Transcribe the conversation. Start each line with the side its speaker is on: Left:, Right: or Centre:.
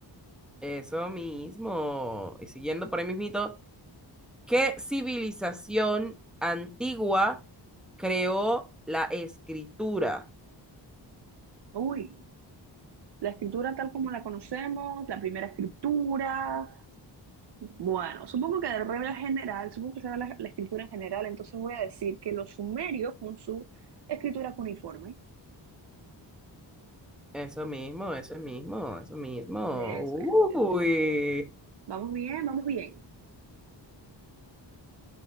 Centre: Eso mismo. Y siguiendo por ahí mismito, ¿qué civilización antigua creó la escritura?
Right: Uy, la escritura tal como la conocemos, la primera escritura. Bueno, supongo que de regla general, supongo que será la, la escritura en general, entonces voy a decir que los sumerios con su escritura cuniforme.
Centre: Eso mismo, eso mismo, eso mismo.
Right: ¿Ves? ves, ves,
Centre: Uy.
Right: ves. Vamos bien, vamos bien.